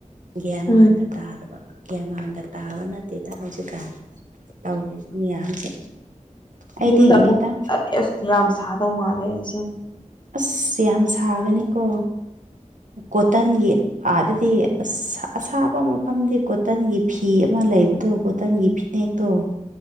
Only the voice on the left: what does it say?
ꯎꯝ
ꯌꯨꯝꯗ
ꯑꯃꯨꯛ ꯑꯁ ꯌꯥꯝ ꯁꯥꯗꯧ ꯃꯥꯜꯂꯦ ꯑꯩꯁꯦ